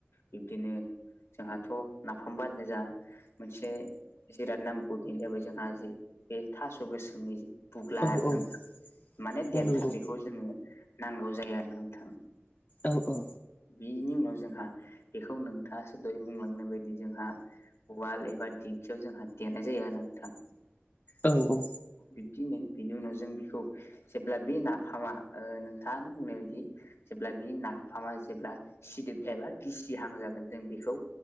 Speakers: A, on the left; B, on the left.
A: बिब्दिनो जोंहाथ' नाफामबानायना जा मोनसे जिराद नांबगौ बेनो जाबाय जोंहा जि बे थास' गोसोमनि जि बुग्ला
B: औ
A: आरो
B: औ
A: नां माने
B: औ
A: देन्थाब
B: नंगौ
A: बेखौ जोङो नांगौ जायो आरो नोंथां
B: औ औ
A: बिनि उनाव जोंहा बेखौ नोंथाङासो दहय बुंलांनाय बायदि जोंहा उवाल एबा दिंखियाव जोंहा देनाय जायो आरो नोंथां।
B: औ-औ
A: बिब्दिनो बिनि उनाव जों बेखौ जेब्ला बे नाफामा ओ नोंथाङानो बुंनाय बायदि जेब्ला बे नाफामा जेब्ला सिदोब एबा गसि हां जागोन जों बेखौ